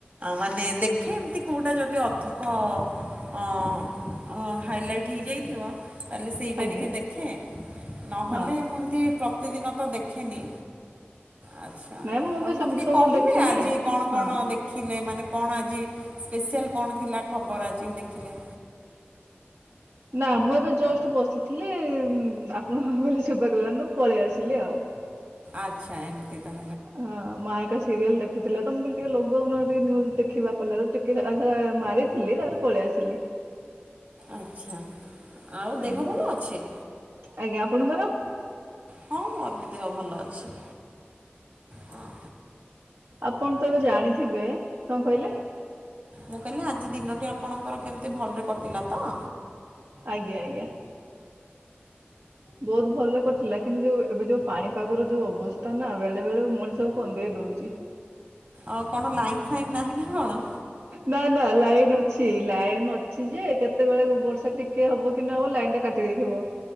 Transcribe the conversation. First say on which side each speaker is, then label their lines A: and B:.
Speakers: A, on the right; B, on the right.
A: ମାନେ ଦେଖେ ଏମତି କୋଉଟା ଯ ରେ ଅଧିକ ଅଁ ଅଁ ହାଇଲାଇଟ୍ ହେଇଯାଇଥିବ ତାହେଲେ ସେଇଟା
B: ଆଜ୍ଞା
A: ଟିକେ ଦେଖେ ନହେଲେ
B: ହଁ
A: ମୁଁ ଏମିତି ପ୍ରତିଦିନ ତ ଦେଖେନି। ଆଚ୍ଛା
B: ନାଇଁ ମୁଁ ବି
A: ଆ ମତେ
B: ସବୁ
A: ଟିକେ
B: ସବୁବେଳେ
A: କହିବେ
B: ଦେଖେନି
A: ଆଜି କଣ
B: ହଁ।
A: କଣ ଦେ ଖିଲେ ମାନେ କଣ ଆଜି ସ୍ପେଶିଆଲ୍ କଣ ଥିଲା ଖବର ଆଜି ଦେଖିଲେ।
B: ନା ମୁଁ ଏବେ ଜଷ୍ଟ ବସିଥିଲି ଆପଣ କହିଲେ ଶୁଭା ଗଲାନି ତ ମୁଁ ପଳେଇ ଆସିଲି ଆଉ।
A: ଆଚ୍ଛା ଏମତି ଟା।
B: ହଁ ମା <inaudible> ସିରିଏଲ ଦେଖୁଥିଲେ ତ ମୁଁ କହିଲି ଟିକେ ଲଗଉନ ଟିକେ ନ୍ୟୁଜ ଦେଖିବା କହିଲାରୁ ଟିକେ ସେ ଟା ମାରିଥିଲି ତାରେ ପଳେଇ ଆସିଲି।
A: ଆଛା ଆଉ
B: ଆଜ୍ଞା
A: ଦେହ ଭଲ ଅଛି?
B: ଆଜ୍ଞା ଆପଣଙ୍କର?
A: ହଁ ମୋର ବି ଦେହ ଭଲ ଅଛି। ହଁ
B: ଆପଣ ତ ଏବେ ଜାଣିଥିବେ କଣ କହିଲେ?
A: ମୁଁ କହିଲି ଆଜି ଦିନଟି ଆପଣଙ୍କର କେମିତି ଭଲରେ କଟିଲା ତ।
B: ଆଜ୍ଞା ଆଜ୍ଞା। ବହୁତ ଭଲ ରେ କଟିଲା କିନ୍ତୁ ଯୋଉ ଏବେ ଯୋଉ ପାଣିପାଗର ଯୋଉ ଅବସ୍ଥା ନା ବେଳେ ବେଳେ ମଣିଷବୁ କନ୍ଦେଇ ଦଉଛି।
A: ଆଉ କଣ ଲାଇନ୍ ଫାଇନ୍ ନାହିଁ ନା କଣ?
B: ନା ନା ଲାଇନ ଅଛି ଲାଇନ ଅଛି ଯେ କେତେବେଳେ ବର୍ଷା ଟିକେ ହବ କି ନହବ ଲାଇନ ଟା କାଟି ଦେଇେଇଥିବ।